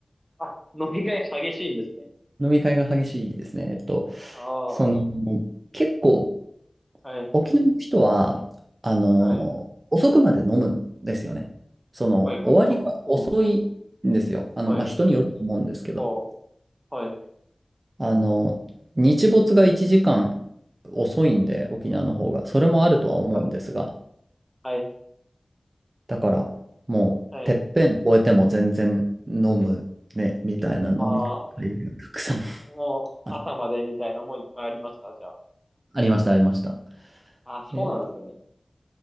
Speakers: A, in the centre; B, on the right.
A: あ、飲み会激しいんですね。
B: 飲み会が激しいですね。えっと、
A: あ
B: その、
A: あ、
B: 結構、
A: はい、
B: 沖縄の人は、あの、
A: はい、
B: 遅くまで飲むんですよね。その、
A: はい、はい、
B: 終わりが遅いんですよ。
A: あ、そうなんですね。
B: あの、
A: はい、
B: まあ、人によると思うんですけど、
A: あ、はい、
B: あの、日没が1時間遅いんで、沖縄の方が。それもあるとは思うんですが、
A: はい、はい、
B: だから、もう、
A: はい。
B: てっぺん越えても全然飲むね、みたいな飲み会がたくさん
A: ああ、もう朝までみたいなのもいっぱいありました、
B: あ、
A: じゃ
B: ありました、ありました。
A: あ。あ、そうなんですね。
B: で、